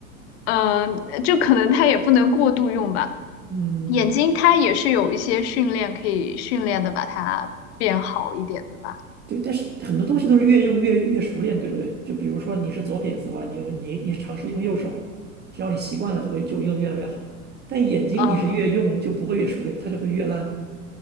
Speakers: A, on the left (about 45°); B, on the right (about 25°).
A: 呃，就可能它也不能过度用吧。
B: 嗯，
A: 眼睛它也是有一些训练可以训练的，把它变好一点的吧。
B: 对，但是很多东西都是越用越越熟练，对不对？就比如说你是左撇子的话，你你你尝试用右手，只要你习惯了，就会就用的越来越好，但眼睛你是越用就不会越熟练，
A: 嗯，
B: 它就会越烂。